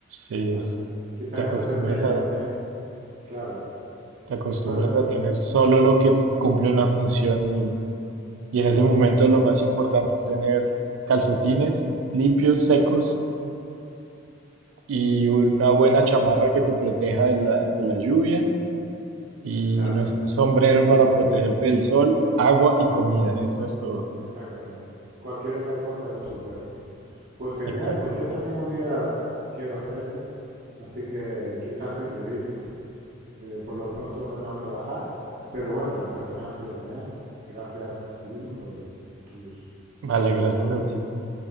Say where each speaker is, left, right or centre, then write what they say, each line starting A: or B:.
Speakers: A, on the right; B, on the right.
A: Entonces,
B: Entonces, quizá
A: te acostumbras
B: eso te enseña
A: a
B: también, claro,
A: Te acostumbras
B: eso, eso
A: a
B: es,
A: tener solo lo que cumple una función y, y en ese momento lo más importante es tener calcetines limpios, secos y una buena chamarra que te proteja de la, de la lluvia y
B: claro,
A: no sé, un sombrero para protegerte del sol, agua y comida. Eso es todo.
B: exactamente. Cualquier otra cosa es superflua. Pues genial,
A: Exacto.
B: pues yo también un día quiero hacerlo, así que quizás coincidimos. Eh, por lo pronto me tengo que bajar, pero bueno, la conversación ha sido genial. Gracias, Gino, por tus,
A: Vale,
B: tu
A: gracias
B: historia.
A: a ti.